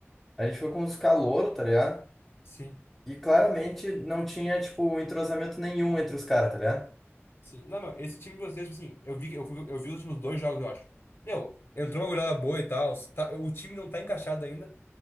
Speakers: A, in the centre; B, on the left.
A: a gente foi com os caloros, tá ligado?
B: Sim,
A: E claramente não tinha, tipo, entrosamento nenhum entre os caras, tá ligado?
B: sim. Não, meu, esse time de vocês, tipo assim, eu vi, que- eu, fui- eu vi os últimos dois jogos, eu acho. Meu, entrou uma goleada boa e tal. tá- o time não tá encaixado ainda.